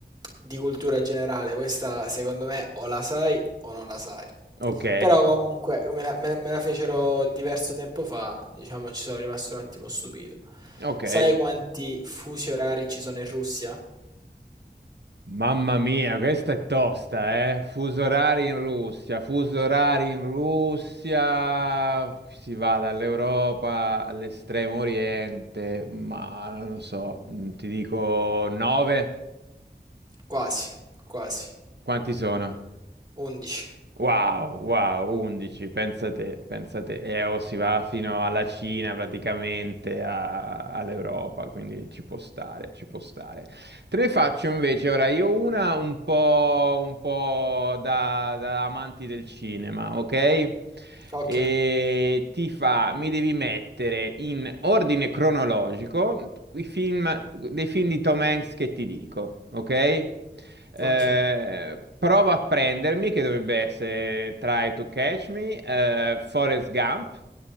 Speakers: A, on the right (about 25°); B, on the right (about 70°).
A: di cultura generale. Questa secondo me o la sai o non la sai.
B: Ok,
A: Però comunque me la, me la- me la fecero diverso tempo fa, diciamo ci sono rimasto un attimo stupito.
B: ok.
A: Sai quanti fusi orari ci sono in Russia?
B: Mamma mia, questa è tosta, eh? Fuso orari in Russia, fuso orari in Russia, si va dall'Europa all'estremo oriente, ma non lo so, mm, ti dico 9,
A: Quasi, quasi,
B: quanti sono?
A: 11.
B: Wow, wow, 11, pensa te, pensa te, e o si va fino alla Cina praticamente, a- all'Europa, quindi ci può stare, ci può stare. Te ne faccio invece ora io una un po', un po' da, da amanti del cinema, ok?
A: Ok,
B: E ti fa, mi devi mettere in ordine cronologico i film, dei film di Tom Hanks che ti dico, ok? Eh,
A: ok.
B: prova a prendermi, che dovrebbe essere Try to Catch Me, eh, Forrest Gump,